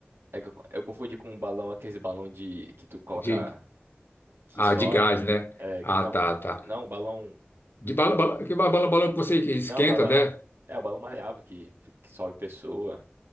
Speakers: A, on the right; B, on the left.
A: É que eu, eu confundi com um balão, aqueles balão de que tu coloca
B: de,
A: que
B: ah,
A: só.
B: de gás, né?
A: É,
B: Ah,
A: que, não,
B: tá, tá.
A: não, balão.
B: De bala, bala, que bala, bala- balão que você esquenta,
A: Não, balão.
B: né?
A: É o balão maleável que, que sobe pessoa.